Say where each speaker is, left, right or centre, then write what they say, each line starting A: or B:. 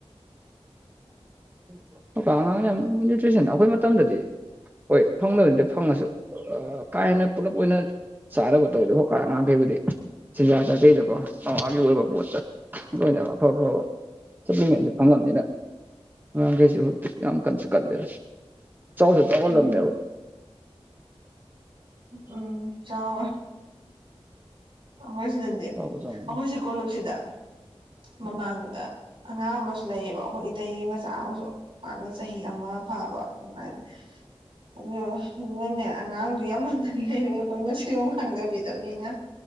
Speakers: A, on the right; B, on the right.
A: <unintelligible>
B: ꯍꯧꯖꯤꯛ ꯀꯥꯟ ꯑꯉꯥꯡꯅ ꯌꯥꯝ ꯅꯨꯏꯇꯔꯤꯁꯟ ꯑꯩꯈꯣꯏ ꯃꯇꯝꯗꯗꯤ ꯍꯣꯏ ꯐꯪꯗꯕꯅꯠꯇꯦ ꯐꯪꯉꯁꯨ ꯀꯥ ꯍꯦꯟꯅ ꯄꯨꯂꯞ ꯑꯣꯏꯅ ꯆꯥꯅꯕ ꯇꯧꯗꯦ ꯍꯣ ꯀꯥ ꯑꯉꯥꯡꯈꯩꯕꯨꯗꯤ ꯆꯤꯟꯖꯥꯛ ꯆꯥ ꯀꯩꯗꯀꯣ ꯑꯥꯒꯤ ꯑꯣꯏꯕ ꯄꯣꯠꯇ ꯂꯣꯏꯅꯕ ꯑꯐ ꯑꯕ ꯁꯞꯂꯤ ꯃꯦꯟꯁꯦ ꯐꯪꯉꯝꯗꯦꯅ ꯋꯥ ꯀꯩꯁꯤ ꯌꯥꯝ ꯀꯟꯁꯨ ꯀꯜꯂꯔꯦ ꯆꯥꯎꯁꯨ ꯆꯥꯎꯜꯂꯝꯅꯦꯕ
A: ꯎꯝ ꯎꯝ ꯆꯥꯎ ꯑꯩꯈꯣꯏ ꯁꯤꯗꯗꯤ
B: ꯆꯥꯎꯕ ꯆꯥꯎꯅꯤ
A: ꯑꯩꯈꯣꯏ ꯁꯤ ꯀꯣꯂꯨꯞꯨꯁꯤꯗ ꯃꯃꯥꯡꯗ ꯑꯉꯥꯡ ꯑꯃꯁꯨ ꯂꯩꯌꯦꯕ ꯑꯩꯈꯣꯏ ꯏꯇꯩꯒꯤ ꯃꯆꯥ ꯑꯃꯁꯨ ꯄꯥꯅ ꯆꯍꯤ ꯑꯃ ꯐꯥꯕ ꯑꯗꯨꯃꯥꯏꯅ ꯑ ꯑꯗꯨꯅꯅꯦ ꯑꯉꯥꯡꯗꯨ ꯌꯥꯝ ꯃꯟꯅ ꯂꯩꯔꯣꯏ ꯑꯩꯈꯣꯏ ꯅꯨꯡꯁꯤꯕꯣ ꯈꯪꯗꯕꯤꯗꯕꯅꯤꯅ